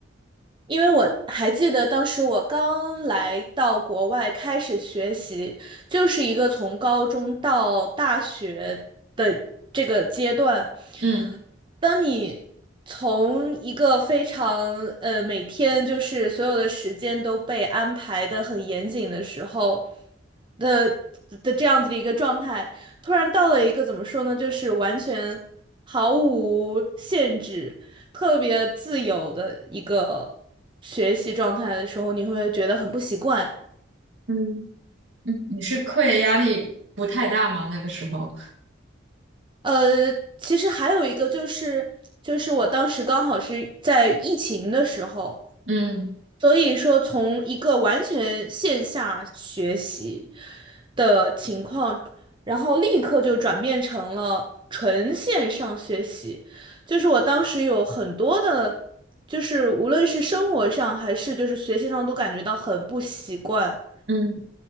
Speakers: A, on the right; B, on the right.
A: 因为我还记得当时我刚来到国外开始学习，就是一个从高中到大学的这个阶段，
B: 嗯
A: 当你从一个非常呃每天就是所有的时间都被安排的很严谨的时候的的这样子的一个状态，突然到了一个怎么说呢，就是完全毫无限制、特别自由的一个学习状态的时候，你会不会觉得很不习惯？
B: 嗯嗯，你是课业压力不太大吗？那个时候，
A: 呃，其实还有一个就是，就是我当时刚好是在疫情的时候。
B: 嗯
A: 所以说，从一个完全线下学习的情况，然后立刻就转变成了纯线上学习。就是我当时有很多的，就是无论是生活上还是就是学习上，都感觉到很不习惯。
B: 嗯。